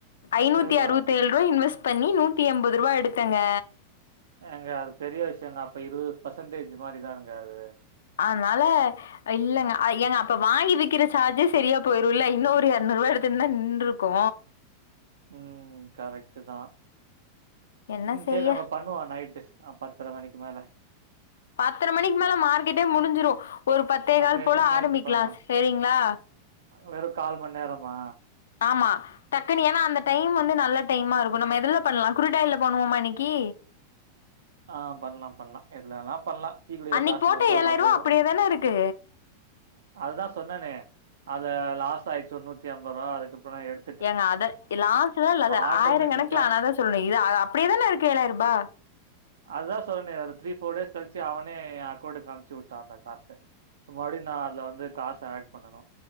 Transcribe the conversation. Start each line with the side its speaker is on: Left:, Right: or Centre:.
Left: ஐநூத்தி
Right: ஏதோ
Left: அறுபத்தேழு ரூவா இன்வெஸ்ட் பண்ணி நூத்தி எம்பது ரூவா எடுத்தங்க
Right: ஏங்க அது பெரிய விஷயங்க அப்ப இருவது பர்சென்டேஜ் மாரிதாங்க அது
Left: அதனால இல்லங்க ஏங்க அப்ப வாங்கி விக்கிற சார்ஜே செரியா போயிருல இல்ல இன்னு ஒரு எரநூறுவா எடுத்து இருந்தா நின்ட்டுருக்கு
Right: ம் கரெக்ட்டு தா
Left: என்ன
Right: ம்
Left: செய்ய
Right: செரி நம்ம பண்ணுவோ நைட்டு ஆ பத்தர மணிக்கு மேல
Left: பத்தர மணிக்கு மேல மார்க்கெட்டே முடிஞ்சிரு ஒரு பத்தே
Right: அப்ப
Left: கால்
Right: எத்தன
Left: போல ஆரம்பிக்கலா
Right: மணிக்கு பண்ணணும்?
Left: சேரிங்ளா
Right: வெறு கால் மணி நேரமா
Left: ஆமா டக்குன்னு ஏன்னா அந்த டைம் வந்து நல்ல டைமா இருக்கு நம்ம எதுல பண்ணலா குறுட்டாய்ல பண்ணுவோமா இன்னிக்கு
Right: ஆ பண்லா பண்லா எதுலா வேனா பண்லா டீ குடிக்க
Left: அன்னிக்கு
Right: காசு
Left: போட்ட
Right: மட்டு வந்தா
Left: ஏழாயிரூவா
Right: போது
Left: அப்டியே தானே இருக்கு
Right: அதுதா சொன்னே அது லாஸ் ஆயிடுச்சு ஒரு நூத்தி ஐம்பது ரூவா அதுக்கப்றோ எடு
Left: ஏங்க அத லாஸ்ட்டுலா இல்லாத
Right: ஆட்டோமேட்டிக்கா
Left: ஆயிர கணக்குல ஆனாதா சொல்ணு இது அது அப்டியே தானே இருக்கு ஏழாயரூபா
Right: அதா சொன்னனே ஒரு த்ரீ ஃபோர் டேஸ் கழுச்சு அவனே எ அக்கௌண்ட்க்கு அம்ச்சு வுட்டா அந்த காச ப்ப மறுப்டி நா அதுல வந்து காசு ஆட் பண்ணனு